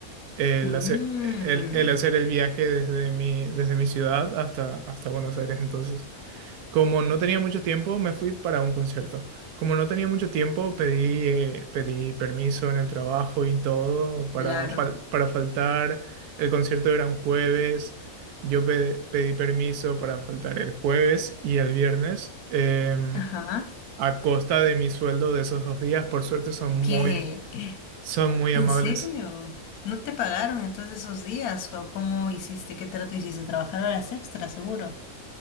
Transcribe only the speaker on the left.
Mm,
claro.
Ajá.
¿Qué?
¿En
serio? ¿No te pagaron entonces esos días? ¿O cómo hiciste? ¿Qué trato hiciste? ¿Trabajar horas extras, seguro?